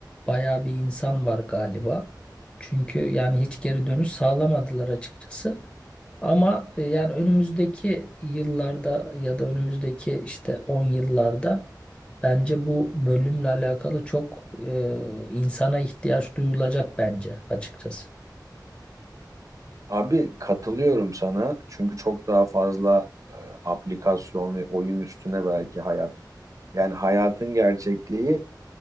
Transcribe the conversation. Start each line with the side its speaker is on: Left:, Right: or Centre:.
Left: bayağı bir insan var galiba. Çünkü yani hiç geri dönüş sağlamadılar açıkçası. Ama e, yani önümüzdeki yıllarda ya da önümüzdeki işte 10 yıllarda bence bu bölümle alakalı çok e, insana ihtiyaç duyulacak bence açıkçası.
Right: Abi katılıyorum sana çünkü çok daha fazla e, aplikasyon ve oyun üstüne belki hayat. Yani hayatın gerçekliği